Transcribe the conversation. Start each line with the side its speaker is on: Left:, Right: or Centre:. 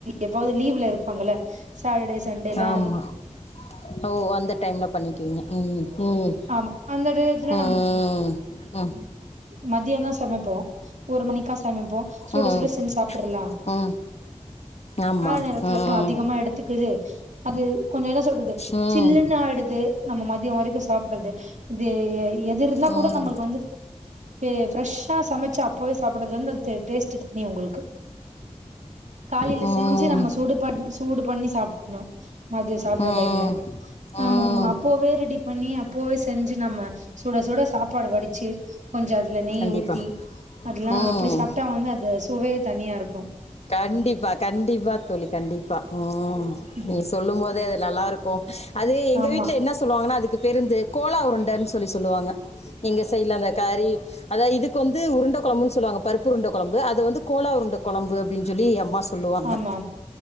Right: எப்பாவது லீவுல இருப்பாங்கள சாட்டர்டே சண்டெல்லா
Left: ஆமாம் ஓ அந்த டைம்ல பண்ணிக்குவீங்க ம் ம்
Right: ஆமா அந்த நேரத்துல
Left: ம் அ
Right: மதியோ தா சமைப்போ ஒரு மணிக்கா சமைப்போ சுட
Left: ம்
Right: சுட செஞ்சி சாப்றலா
Left: ம் ஆமாம்
Right: கால நேரத்துல
Left: ம்
Right: அதிகமா
Left: ம்
Right: எடுத்துக்குது அது கொஞ்சோ என்ன சொல்றது
Left: ம்
Right: சில்லுன்னு ஆயிடுது நம்ம மதியோ வரைக்கு சாப்பிடுறது இது எது இருந்தா
Left: ம்
Right: கூட நம்மளுக்கு வந்து து ஃப்ரெஷ்ஷா சமைச்சி அப்பவே சாப்பிடறது வந்து அந்த டேஸ்ட் தனி உங்களுக்கு காலையில
Left: ம்
Right: செஞ்சி நம்ம சுடு பண்ணி சூடு பண்ணி சாப்பிடணு மதியம் சாப்பற
Left: ம்
Right: டைம்ல
Left: ம்
Right: ஆமா ஆமா அப்பவே ரெடி பண்ணி அப்பவே செஞ்சி நம்ம சுட சுட சாப்பாடு வடிச்சி கொஞ்சோ அதுல நெய்
Left: கண்டிப்பாக
Right: ஊத்தி அதெல்லா
Left: ம்
Right: அப்டி சாப்பிட்டா வந்து அது சுவையே தனியா இருக்கு
Left: கண்டிப்பா கண்டிப்பா தோழி கண்டிப்பா ம்
Right: ம்
Left: நீ சொல்லும் போதே அது நல்லா இருக்கு அது எங்க
Right: ஆமா
Left: வீட்ல என்ன சொல்லுவாங்கன்னா அதுக்கு பேருந்து கோலா உருண்டன்னு சொல்லி சொல்லுவாங்க எங்க சைடில அந்த கறி அதாவது இதுக்கு வந்து உருண்ட கொழம்பு சொல்லுவாங்க பருப்பு உருண்ட கொழம்பு அத வந்து கோலா உருண்ட கொழம்பு அப்டின்னு சொல்லி அம்மா சொல்லுவாங்க
Right: ஆமா